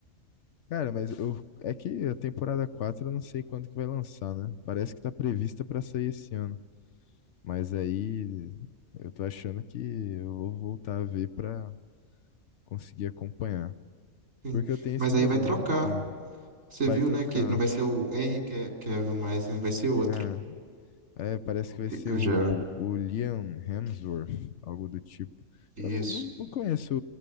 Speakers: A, on the left; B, on the right.
A: Cara, mas eu, é que a temporada 4 eu não sei quando que vai lançar, né? Parece que tá prevista pra sair esse ano. Mas aí eu tô achando que eu vou voltar a ver pra conseguir acompanhar.
B: Sim.
A: Porque eu tenho
B: Mas
A: esse problema.
B: aí vai trocar.
A: Ah,
B: Você
A: vai
B: viu,
A: trocar.
B: né? Que não vai ser o Henry que Cavill mais, né? Vai ser outro.
A: É. É, parece
B: O
A: que vai
B: Ge-
A: ser
B: o
A: o,
B: Gerald.
A: o Liam Hemsworth, algo do tipo.
B: Isso.
A: Eu não, não, não conheço